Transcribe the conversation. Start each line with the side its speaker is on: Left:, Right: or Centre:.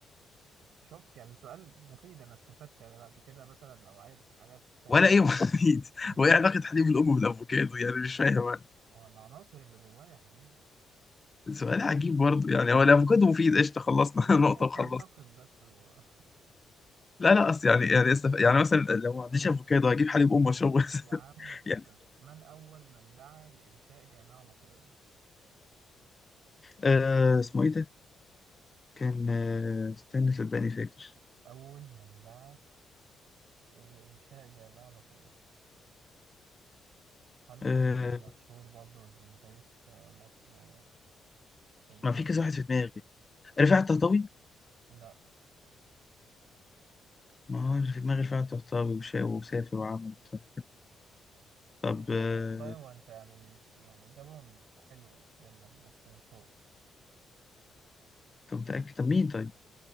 Right: شفت يعني سؤال مفيد انا استفدت يعني بعد كده مثلا لو عايز حاجات فاهم
Left: ولا ايه مفيد <laughs>
Right: <laughs>
Left: وايه علاقة حليب الام بالافوكادو يعني مش فاهم أنا.
Right: والعناصر اللي جوايا يا حبيبي
Left: سؤال عجيب برضه يعني هو الافوكادو مفيد قشطة خلصنا
Right: انت
Left: <laughs> نقطة وخلصنا
Right: تنتقد بس و...
Left: لا لا اصل يعني يعني استف... يعني مثلا لو ما عنديش افوكادو هجيب حليب ام اشربه
Right: يا عم
Left: <laughs>
Right: فكك
Left: يعني
Right: من اول من دعا لانشاء جامعة مصرية
Left: آه اسمه ايه ده كان آه استنى صدقني فاكر
Right: اول من دعا لانشاء جامعة مصرية حد
Left: آه
Right: مشهور برضه من تاريخ مصر في بداية
Left: ما في كذا واحد في دماغي رفاعي الطهطاوي
Right: لا
Left: ما هو اللي في دماغي رفاعي الطهطاوي وشا وسافر وعمل طب طب
Right: أه
Left: آه
Right: والله هو انت يعني يعني إجابة حلوة منك بس مش هو
Left: طب متأكد طب مين طيب